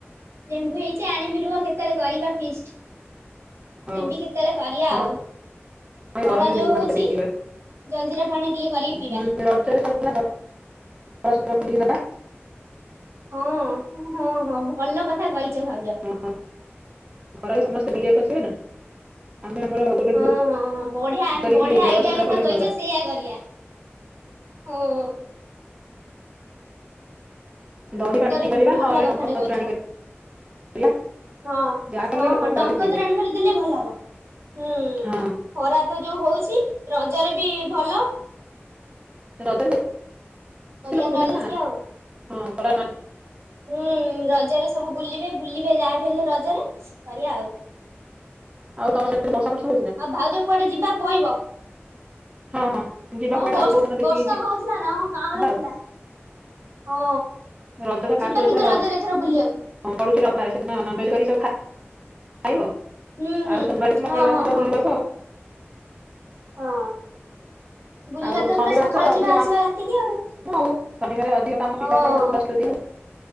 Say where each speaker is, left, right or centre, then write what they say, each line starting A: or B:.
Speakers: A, on the right (about 85°); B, on the right (about 25°).
A: ଲେମ୍ବୁ ହେଇଚି ଆଣିମି ରୁହ କେତେବେଳେ କରିବା ଫିଷ୍ଟ୍।
B: ହଉ
A: ନେମ୍ବି କେତେବେଳେ କରିବା
B: ହଁ
A: ଆଉ। ଖରା
B: ଗରମରେ
A: ଯୋଉ
B: ଲେମ୍ବୁ ପାଣି
A: ହଉଛି
B: କରିକି ପିଇବା।
A: ଜଲଜିରା ପାଣି ଟିକେ କରିକି ପିଇବା।
B: ହୁଁ ରଜରେ <unintelligible> <unintelligible>
A: ହଁ ହଁ ହଁ ଭଲ କଥା କହିଚ ଭାଉଜ।
B: ହଁ ଖରାରେ ସମସ୍ତେ ବୁଲିବାକୁ ଆସିବେ ନା ଆମେ ଆମର ଗୋଟେ
A: ହଁ
B: ଗ୍ରୁପ
A: ହଁ ବଢିଆ
B: କରିକି
A: ବଢିଆ
B: ଦଳଛତ୍ର
A: ଆଇଡିଆ କଥା
B: କଲେ
A: କହିଚ
B: ହୁଅନ୍ତା
A: ସେଇଆ କରିବା। ହଁ।
B: ଦହି
A: ସତରେ
B: ପାଣି କରିବା
A: କିନ୍ତୁ ବଢିଆ
B: ନହେଲେ
A: କଥାଟେ
B: ଟଙ୍କ ପତ୍ର
A: କହିଚ।
B: ଆଣି କରିବା
A: ହଁ
B: ଯାହା କଲେ
A: ହଁ
B: ଲୋକ
A: ହଁ
B: ଖରାରେ
A: ଡଙ୍କ
B: ପିଇବେ
A: ତୋରାଣି କରିକି ଦେଲେ ଭଲ ହବ। ହୁଁ
B: ହଁ
A: ଖରା ତ ଯୋଉ ହଉଚି ରଜରେ ବି ଭଲ।
B: ରଜରେ ବେଶିଲୋକ
A: କରିବା ନହେଲେ
B: ବୁଲିବେ ନା
A: ସେ ଆଉ
B: ହଁ ଖରା ନା
A: ହୁଁ ରଜରେ ସବୁ ବୁଲିବେ ବୁଲିବେ ଯାହା ବି ହେଲେ ରଜରେ କରିବା ଆଉ।
B: ଆଉ ତମ ସେପଟେ ବର୍ଷା ଫର୍ଷା ହଉଛି ନା।
A: ଆଉ ଭାଉଜ କୁଆଡେ ଯିବା କଇବ।
B: ହଁ ହଁ ଯିବା
A: ହଁ
B: କୁଆଡେ
A: ବର୍ଷ
B: ଆଉ କୋଉ ଦିନ ଦେଖିକି
A: ବର୍ଷା ହଉଥିଲା ନା ହଁ କାଁଳଉଥିଲା।
B: ଯିବା ଆଉ
A: ହଁ
B: ରଜ ତ ଫାଷ୍ଟ
A: ଯିବା
B: ରଜ
A: କିନ୍ତୁ
B: ତ
A: ରଜରେ ଏଥର ବୁଲିବାକୁ।
B: ହଁ ପଡ଼ୁଛି ରବିବାର ସେଦିନ ନନଭେଜ୍ କରିକି ସବୁ ଖା ଖାଇବ।
A: ହୁଁ ହୁଁ
B: ଆଉ ସୋମବାର
A: ହୁଁ
B: କି
A: ହଁ
B: ମଙ୍ଗଳବାର
A: ହଁ
B: ଯିବା
A: ହଁ
B: ବୁଲିବାକୁ ଆଉ।
A: ହଁ। ବୁଲିବା
B: ଆଉ
A: ତ
B: ଶନିବାର
A: ପୁରା ସଖାଳୁ
B: ଅଧିକ
A: ଯିବା ଆସିବା ରାତିକି ଆଉ
B: କାମ ଆଉ ଶନିବାର ଅଧିକ କାମ ପିଠା
A: ହଁ।
B: ପାଇଁ ସବୁ ପ୍ରସ୍ତୁତି